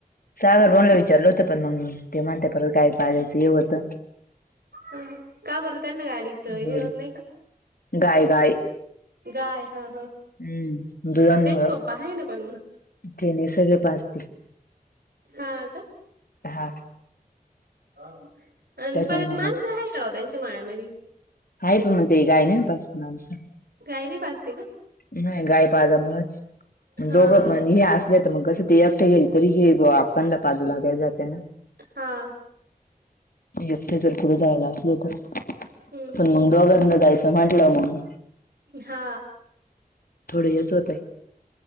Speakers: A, on the left; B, on the right.
A: सागर भाऊंना विचारलं होत पण मग ते म्हणता परत काय पाच हेव होतं.
B: ह का बरं त्यांना गाडीत हे
A: जोडी
B: होत नाही का.
A: गाय गाय.
B: गाय हा हा.
A: हम्म दुधामुळे
B: त्यांचे पप्पा आहे ना पण मग
A: तेने सगळे पाजते.
B: हा का.
A: हा.
B: आणि
A: त्याच्यामुळे
B: परत माणसं
A: मग
B: आहे ना त्यांच्या मळ्यामधी.
A: हा पण मग ते गाय नाही पास मासं
B: गाय नाही पाजते का?
A: नाही गाय पाजामुळेच
B: हा
A: दोघं पण हे आस मग कसं ते एकटं येईल तरी हे आपणला बाजू लागायला जाते ना.
B: हा.
A: एकथे जर पुुढे जायला असले तर
B: हम्म.
A: मग दोघर न जायचं म्हंटलं मग.
B: हा.
A: थोडं हेच होत.